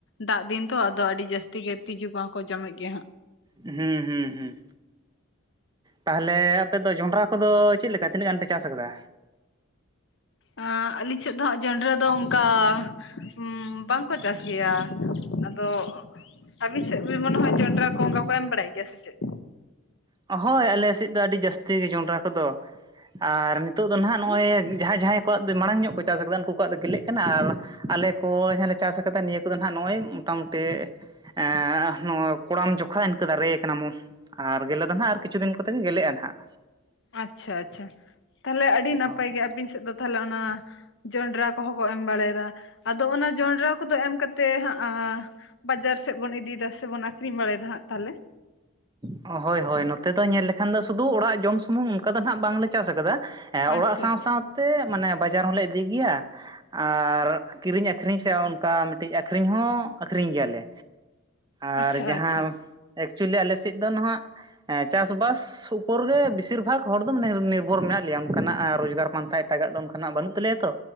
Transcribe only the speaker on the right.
ᱦᱩᱸ ᱦᱩᱸ ᱦᱩᱸ ᱛᱟᱦᱚᱞᱮ ᱟᱯᱮᱫᱚ ᱡᱚᱱᱰᱨᱟ ᱠᱚᱫᱚ ᱪᱮᱫ ᱞᱮᱠᱟ ᱛᱤᱱᱟᱹᱜ ᱜᱟᱱ ᱯᱮ ᱪᱟᱥ ᱟᱠᱟᱫᱟ?
ᱦᱚᱭ ᱟᱞᱮ ᱥᱮᱫ ᱫᱚ ᱟᱹᱰᱤ ᱡᱟᱹᱥᱛᱤ ᱜᱮ ᱡᱚᱱᱰᱨᱟ ᱠᱚᱫᱚ ᱟᱨ ᱱᱤᱛᱚᱜ ᱫᱚ ᱱᱟᱦᱟᱜ ᱱᱚᱜᱼᱚᱭ ᱡᱟᱦᱟᱸᱭ ᱡᱟᱦᱟᱸᱭ ᱠᱚᱣᱟᱜ ᱫᱚ ᱢᱟᱲᱟᱝ ᱧᱚᱜ ᱠᱚ ᱪᱟᱥ ᱠᱟᱫᱟ ᱩᱱᱠᱩ ᱠᱚᱣᱟᱜ ᱫᱚ ᱜᱮᱞᱮᱜ ᱠᱟᱱᱟ ᱟᱨ, ᱟᱞᱮ ᱠᱚ ᱡᱟᱦᱟᱸ ᱞᱮ ᱪᱟᱥ ᱠᱟᱫᱟ ᱱᱤᱭᱟᱹ ᱠᱚᱫᱚ ᱱᱟᱦᱟᱜ ᱱᱚᱜᱼᱚᱭ ᱢᱚᱴᱟᱢᱩᱴᱤ ᱮᱻ ᱱᱚᱣᱟ ᱠᱚᱲᱟᱢ ᱡᱠᱷᱟᱡ ᱤᱱᱠᱟᱹ ᱫᱟᱨᱮ ᱠᱟᱱᱟ ᱢᱚᱱ ᱵᱷᱟᱸᱜᱮᱞᱮᱠᱟ ᱫᱚ ᱦᱟᱱᱟᱜ ᱟᱨ ᱠᱤᱪᱷᱩ ᱫᱤᱱ ᱠᱚᱛᱮ ᱜᱮ ᱜᱮᱞᱮᱜᱼᱟ ᱱᱟᱦᱱᱟᱜ
ᱚ
ᱦᱳᱭ ᱦᱳᱭ ᱱᱚᱛᱮ ᱫᱚ ᱧᱮᱞ ᱞᱮᱠᱷᱟᱱ ᱫᱚ ᱥᱩᱫᱩ ᱚᱲᱟᱜ ᱡᱚᱢ ᱥᱩᱢᱩᱝ ᱚᱱᱠᱟ ᱫᱚ ᱱᱟᱟᱜ ᱵᱟᱝᱞᱮ ᱪᱟᱥ ᱟᱠᱟᱫᱟ ᱮᱸ
ᱚᱲᱟᱜ ᱥᱟᱶ ᱥᱟᱶᱛᱮ ᱢᱟᱱᱮ ᱵᱟᱡᱟᱨ ᱦᱚᱞᱮ ᱤᱫᱤ ᱜᱮᱭᱟ᱾ ᱟᱨ ᱠᱤᱨᱤᱧ ᱟᱹᱠᱷᱨᱤᱧ ᱥᱮ ᱚᱝᱠᱟ ᱢᱤᱫᱴᱤᱡ ᱟᱹᱠᱷᱨᱤᱧ ᱦᱚᱸ ᱟᱹᱠᱷᱨᱤᱧ ᱜᱮᱭᱟᱞᱮ᱾ ᱟᱨ
ᱡᱟᱦᱟᱸ
ᱮᱠᱪᱩᱞᱤ ᱟᱞᱮᱥᱮᱫ ᱫᱚ ᱱᱟᱦᱟᱜ ᱪᱟᱥᱵᱟᱥ ᱥᱩᱯᱩᱨ ᱨᱮ ᱵᱤᱥᱤᱨ ᱵᱷᱟᱜᱽ ᱦᱚᱲ ᱫᱚ ᱢᱟᱱᱮ-ᱚ ᱱᱤᱨᱵᱷᱚᱨ ᱢᱮᱱᱟᱜ ᱞᱮᱭᱟ ᱚᱝᱠᱟᱱᱟᱜ ᱨᱳᱡᱽᱜᱟᱨ ᱯᱟᱱᱛᱷᱟ ᱮᱴᱟᱜᱟᱜ ᱫᱚ ᱚᱝᱠᱟᱱᱟᱜ ᱵᱟᱹᱱᱩᱜ ᱛᱟᱞᱮᱭᱟ ᱛᱚ